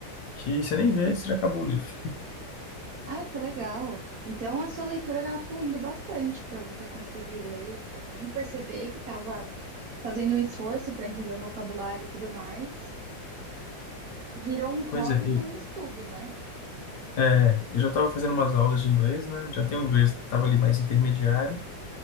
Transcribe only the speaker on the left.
que você nem vê, você já acabou o livro.
Pois é, eu,
é, eu já estava fazendo umas aulas de inglês, né? Já tenho um inglês, estava ali mais intermediário,